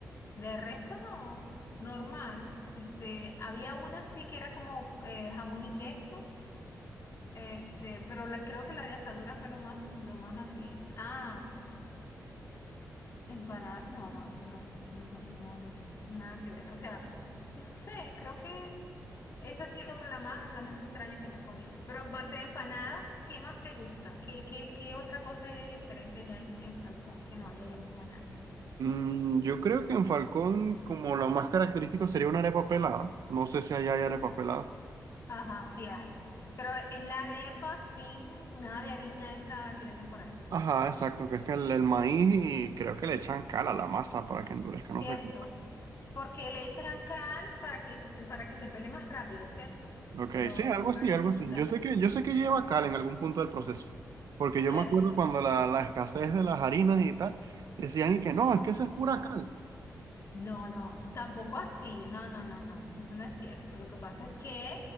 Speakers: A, on the left; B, on the right.
A: de resto no, normal. Este, había una así que era como eh, jamón y queso, este, pero la, creo que la de asadura fue lo más, lo más así. Ah, empanada, no, no, eso no, no, no, no es nada que ver. O sea, no sé, creo que Esa ha sido la más, la más extraña que me he comido. Pero aparte de empanadas, ¿qué más te gusta? ¿Qué, qué, qué otra cosa hay de diferente allá en, en Falcón que no hay allá en Cumaná?
B: Mm, yo creo que en Falcón como lo más característico sería una arepa pelada. No sé si allá hay arepa pelada.
A: Ajá, sí hay. Pero es la arepa sin nada de harina esa que venden por ahí.
B: Ajá, exacto, que es que el, el maíz y creo que le echan cal a la masa para que endurezca, no
A: Cierto.
B: sé. cómo.
A: Porque le echan cal para que, s- para que se pele más rápido, ¿cierto?
B: Ok,
A: Lo,
B: sí, algo
A: el
B: así,
A: maíz
B: algo
A: como
B: así.
A: tal.
B: Yo sé que, yo sé que lleva cal en algún punto del proceso, porque
A: Cierto.
B: yo me acuerdo cuando la, la escasez de las harinas y tal, decían y que no, es que esa es pura cal.
A: No, no, tampoco así, no, no, no, no, eso no es cierto. Lo que pasa es que